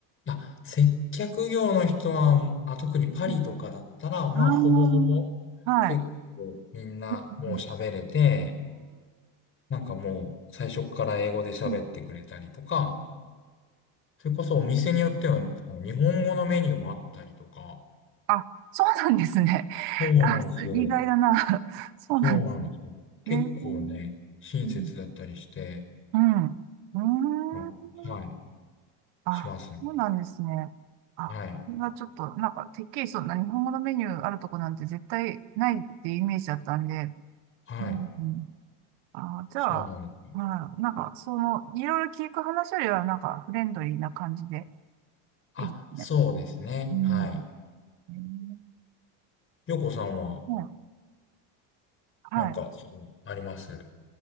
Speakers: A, on the left; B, on the right.
A: あ、接客業の人は、あ、特にパリとかだったら、
B: うん。
A: まあ、
B: あーはい。
A: ほぼほぼ、結構みんなもう喋れて、
B: うんうん
A: なんかもう最初から英語で喋ってくれたりとか、
B: うーん
A: それこそお店によっては、あの日本語のメニューもあったりとか、
B: あ、そうなんですね。<laughs>
A: そうなんですよ。
B: あ、意外だな。<laughs> そうなんですね。
A: そうなんですよ。結構ね、
B: えー
A: 親切だったりして、
B: うんうん。うーん。
A: あはい、
B: あ、
A: しますね。
B: そうなんですね。あ、
A: はい、
B: これはちょっと、なんか、てっきりそんな日本語のメニューあるとこなんて絶対ないっていうイメージだったんで。
A: はい、
B: うんうん。あ、じゃあ、
A: そうなんです。
B: まあ、なんか、その、いろいろ聞く話よりは、なんか、フレンドリーな感じで、
A: あ、
B: いいですね。
A: そうですね。
B: うん。
A: はい。
B: えー
A: よこさんは、
B: ねはい。
A: なんか、そう、あります